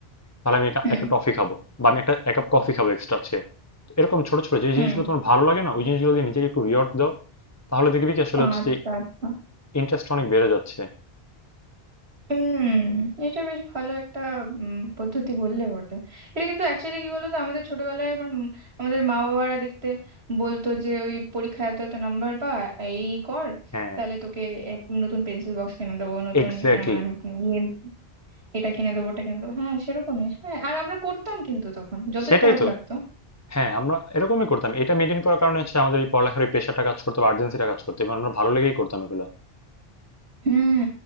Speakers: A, on the left (about 15°); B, on the right (about 85°).
A: তাহলে আমি একা-
B: হুম
A: একটা টফি খাবো বা আমি একটা এক কাপ কফি খাবো এক্সট্রা আজকে তো এরকম ছোট ছোট যে
B: হুম
A: জিনিসগুলো তোমার ভালো লাগে না ওই জিনিসগুলো দিয়ে নিজেকে একটু রিওয়ার্ড দাও তাহলে দেখবি কি আসলে হচ্ছে
B: আচ্ছা
A: যে
B: আচ্ছা
A: ইন্টারেস্ট অনেক বেড়ে যাচ্ছে
B: হুম এটা বেশ ভালো একটা উম, পদ্ধতি বললে বটে এটা কিন্তু অ্যাকচুয়ালি কি বলতো আমাদের ছোটবেলায় আমার উম, আমাদের মা বাবারা দেখতে বলতো যে ওই পরীক্ষায় এত এত নাম্বার পা এই কর
A: হ্যাঁ
B: তাহলে তোকে এক নতুন পেন্সিল বক্স কিনে দেবো নতুন
A: এক্স্যাক্টলি
B: আম, ইয়ে এটা কিনে দেবো ওটা কিনে দেবো হ্যাঁ সেরকমই হ্যাঁ আর আমরা করতাম কিন্তু তখন যতই
A: সেটাই
B: খারাপ
A: তো
B: লাগতো
A: হ্যাঁ, আমরা এরকমই করতাম। এটা মেইনটেইন করার কারণে হচ্ছে আমাদের এই পড়ালেখার এই প্রেশারটা কাজ করতো বা আর্জেন্সিটা কাজ করতো এবং আমরা ভালো লেগেই করতাম এগুলা।
B: হুম